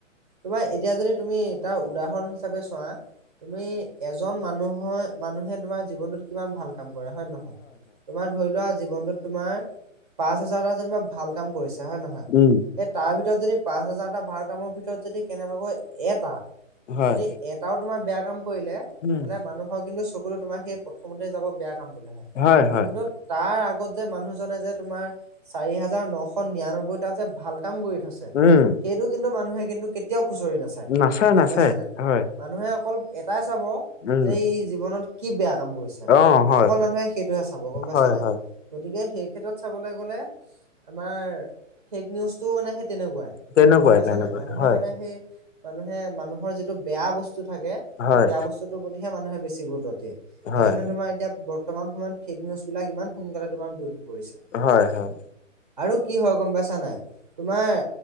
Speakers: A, on the right; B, on the left.
A: তোমাৰ এতিয়া যদি তুমি এটা উদাহৰণ হিচাপে চোৱা, তুমি এজন মানুহৰ মানুহে তোমাৰ জীৱনটোত কিমান ভাল কাম কৰে হয় নে নহয়৷ তোমাৰ ধৰি লোৱা জীৱনটোত তোমাৰ পাঁচ হাজাৰটা যেনিবা ভাল কাম কৰিছে হয় নহয়৷
B: উম
A: সেই তাৰ ভিতৰত যদি পাঁচ হাজাৰটা ভাল কামৰ ভিতৰত যদি কেনেবাকৈ এটা,
B: হয়
A: যদি এটাও তোমাৰ বেয়া কাম কৰিলে
B: উম
A: তেনে মানুহৰ কিন্তু চকু তোমাৰ সেই প্ৰথমতে যাব বেয়া কামটো লেহে।
B: হয় হয়
A: কিন্তু তাৰ আগত যে মানুহজনে যে তোমাৰ চাৰি হাজাৰ নশ নিৰানব্বৈটা যে ভাল কাম কৰি থৈছে সেইটো
B: উম
A: কিন্তু মানুহে কিন্তু কেতিয়াও খুচৰি নাচায়
B: নাচে
A: গম
B: নাচে
A: পাইছা নাই৷
B: হয়
A: মানুহে অকল এটাই চাব
B: উম
A: যে এই জীৱনত কি বেয়া কাম কৰিছে
B: অ হয়
A: অকল মানুহে সেইটোহে চাব গম পাইছা
B: হয়
A: নাই
B: হয়
A: গতিকে সেই ক্ষেত্ৰত চাবলৈ গলে আমাৰ ফেক নিউজটো মানে সেই তেনেকুৱা,
B: তেনেকুৱাই
A: গম পাইছা
B: তেনেকুৱাই
A: নাই। মানুহে
B: হয়
A: মানে সেই মানুহে মানুহৰ যিটো বেয়া বস্তু থাকে,
B: হয়
A: সেই বেয়া বস্তুটোৰ প্ৰতিহে মানুহে বেছি গুৰুত্ব দিয়ে। সেইকাৰণে
B: হয়
A: তোমাৰ এতিয়া বৰ্তমান সময়ত ফেক নিউজ বিলাক ইমান সোনকালে তোমাৰ বিয়পি পৰিছে।
B: হয় হয়
A: আৰু কি হয় গম পাইছা নাই তোমাৰ